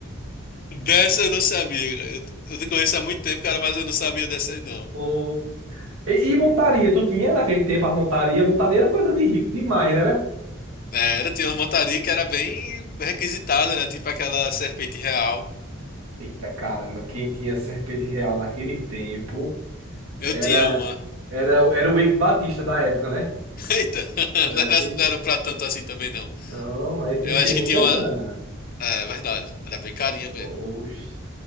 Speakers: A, on the left (about 40°); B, on the right (about 80°).
A: Dessa eu não sabia. cara. Eu, eu te conheço há muito tempo, cara, mas eu não sabia dessa aí, não.
B: <laughs> Pô. E, e montaria? Tu tinha naquele tempo as montaria? Montaria era coisa de rico demais, né? né?
A: É, Era, tinha uma montaria que era bem requisitada, né? Tipo aquela serpente real.
B: Eita caramba, quem tinha serpente real naquele tempo?
A: Eu
B: Era,
A: tinha uma.
B: era, era o Eike Batista da época, né?
A: <laughs> Eita, <laughs>
B: Era,
A: não era,
B: tem-
A: não era pra tanto assim também, não.
B: Não, aí tinha
A: Eu
B: que
A: acho
B: ter
A: que
B: muita
A: tinha
B: grana.
A: uma. É, verdade. Era bem carinha mesmo.
B: Oxi.